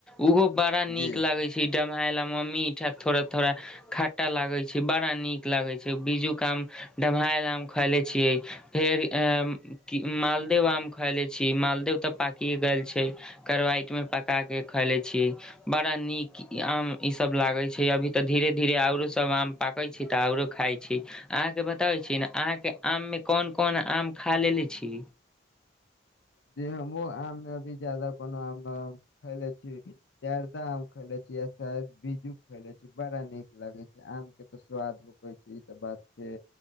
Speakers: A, in the centre; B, on the left (about 80°).
A: उहो बड़ा नीक
B: जी
A: लागैय <unintelligible> खट्टा लागैय छैय, बड़ा नीक लागैय छैय, बीजूक आम डम्हैल आम खलैय छियै। फेर अ कि मालदअ आम खैलेय छि मालदअ तऽ पाकिए गेल छैय। करवाइट मे पका के खलैय छियै। बड़ा नीक ई आम ई सब लागैय छैय, अभी तऽ धीरे धीरे आरो सब आम पाक कहैय छियै तऽ आओरो खाइ छी अहाँके बताबै छिय नय, अहाँ के आम मे कोन-कोन आम खा लेलेे छि
B: जे हमहुँ आम मे अभी जादा कोनो आम नै खैलेय छि जर्दा आम खैलैय छि साएद बीजू खैयलै छी बड़ा नीक लागैय छी आम के तऽ स्वादो ई त बात छै